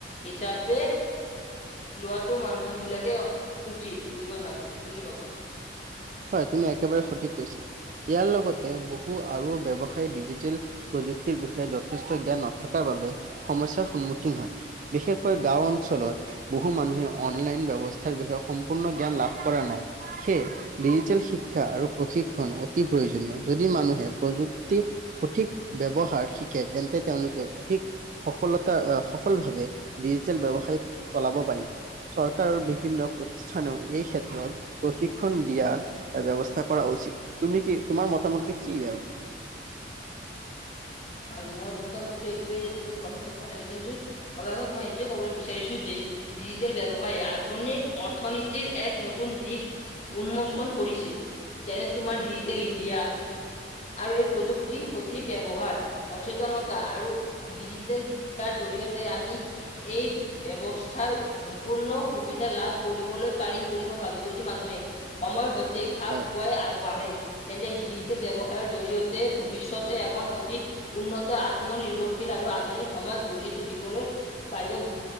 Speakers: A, on the left (about 35°); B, on the right (about 45°).
A: হিচা পে লোৱাটো মানুহ বিলাকে উচিত বুলি মই ভাবো। তুমি কি কবা?
B: হয় তুমি একেবাৰে সঠিক কৈছা ইয়াৰ লগতে বহু আৰু ব্যৱসায় ডিজিটেল প্ৰযুক্তিৰ বিষয়ে যথেষ্ট জ্ঞান নথকাৰ বাবে সমস্যাৰ সন্মুখীন হয়। বিশেষকৈ গাঁও অঞ্চলত বহু মানুহে অনলাইন ব্যৱস্থাৰ বিষয়ে সম্পূৰ্ণ জ্ঞান লাভ কৰা নাই, সেয়ে ডিজিটেল শিক্ষা আৰু প্ৰশিক্ষণ অতি প্ৰয়োজনীয়। যদি মানুহে প্ৰযুক্তি সঠিক ব্যৱহাৰ শিকে, তেন্তে তেওঁলোকে অধিক সফলতা সফল ভাৱে ডিজিটেল ব্যৱসায় চলাব পাৰিব। চৰকাৰৰ বিভিন্ন প্ৰতিষ্ঠানত এই ক্ষেত্ৰত প্ৰশিক্ষণ দিয়াৰ ব্যৱস্থা কৰা উচিত। তুমি কি তোমাৰ মতা মতটো কি ইয়াৰ ওপৰত?
A: হয়, মোৰ মতামত এইটোয়ে যে তুমি কথাটো ভালে কৈছা, কিন্তু অৱশেষত মই এইটোয়ে ক'বলৈ বিচাৰিছো যে ডিজিটেল ব্যৱসায় আধুনিক অৰ্থনীতিৰ এক নতুন দিশ উন্মোচন কৰিছে। যেনে তোমাৰ ডিজিটেল ইণ্ডিয়া। আৰু এই প্ৰযুক্তিৰ সঠিক ব্যৱহাৰ আৰু ডিজিটেল শিক্ষাৰ জৰিয়তে আমি এই বৱস্থাৰ সম্পূৰ্ণ সুবিধা লাভ কৰিবলৈ পাৰিম বুলি মই ভাবো যদি মানুহে সময়ৰ সৈতে খাপ
B: হয়
A: খুৱাই আগবাঢ়ে। তেন্তে ডিজিটেল ব্যৱসায়ৰ জৰিয়তে ভৱিষ্যতে এখন অধিক উন্নত আত্মনিৰ্ভৰশীল আৰু আধুনিক সমাজ গঢ়ি তুলিবলৈ পাৰিব